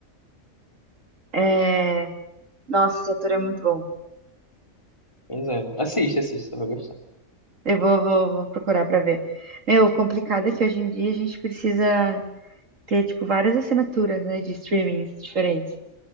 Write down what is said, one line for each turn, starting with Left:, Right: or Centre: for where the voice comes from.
Right: É... Nossa, esse ator é muito bom.
Left: pois é. Assiste, assiste, você vai gostar.
Right: Eu vou, vou, vou procurar pra ver. Meu, o complicado é que hoje em dia a gente precisa ter, tipo, várias assinaturas, né, de streamings diferentes.